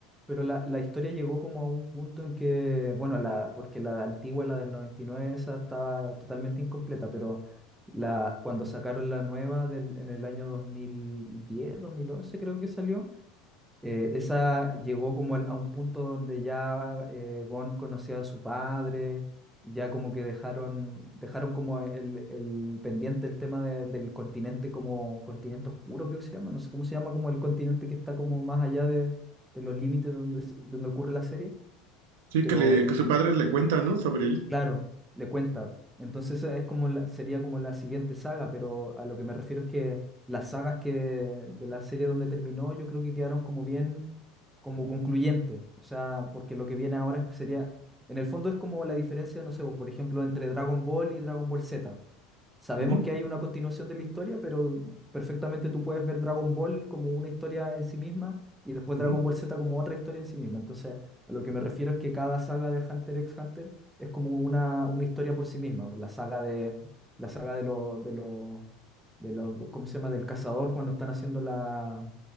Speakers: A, in the centre; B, on the right.
A: Pero la, la historia llegó como a un punto en que, bueno, la, porque la antigua, la del 99, esa estaba totalmente incompleta, pero la, cuando sacaron la nueva del, en el año dos dos mil diez, dos mil once, creo que salió, Eh, esa llegó como al- a un punto donde ya eh, Gon conocía a su padre, ya como que dejaron, dejaron como el, el pendiente el tema de- del continente como continente oscuro, creo que se llama, no sé cómo se llama, como el continente que está como más allá de, de los límites donde, se- donde ocurre la serie,
B: sí
A: pero
B: que le, que su padre le cuenta, ¿no? Sobre él.
A: claro, le cuenta. Entonces es como la- sería como la siguiente saga, pero a lo que me refiero es que las sagas que de la serie donde terminó, yo creo que quedaron como bien como concluyente. O sea, porque lo que viene ahora sería, en el fondo es como la diferencia, no sé, vos, por ejemplo, entre Dragon Ball y Dragon Ball Z. Sabemos
B: Ujú,
A: que hay una continuación de la historia, pero perfectamente tú puedes ver Dragon Ball como una historia en sí misma y después
B: ujú,
A: Dragon Ball Z como otra historia en sí misma. Entonces, a lo que me refiero es que cada saga de Hunter x Hunter es como una, una historia por sí misma. pues, La saga de, la saga de los, de los, de los, ¿cómo se llama? Del cazador cuando están haciendo la,